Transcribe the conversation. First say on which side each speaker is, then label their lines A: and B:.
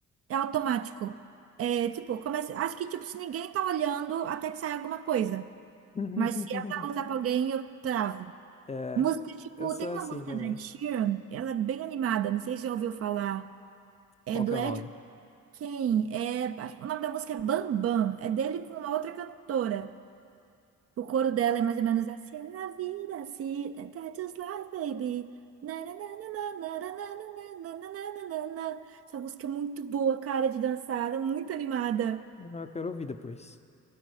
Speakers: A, on the right (about 50°); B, on the left (about 20°).
A: É automático. É, tipo, começa, acho que, tipo, se ninguém tá olhando, até que sai alguma coisa.
B: <laughs>
A: Mas se é pra contar pra alguém, eu travo.
B: É,
A: Música, tipo,
B: eu sou
A: tem
B: assim
A: uma música
B: também.
A: da Ed Sheeran, ela é bem animada, não sei se você já ouviu falar. É
B: Qual
A: do
B: que é o
A: Ed
B: nome?
A: quem? É, acho que o nome da música é Bambam. É dele com uma outra cantora. O coro dela é mais ou menos assim. Na vida, se that's just life, baby. Na, na, na, na, na, na, na, na, na, na, na, na, na, na. Essa música é muito boa, cara, de dançar, é muito animada.
B: Ah, Eu quero ouvir depois.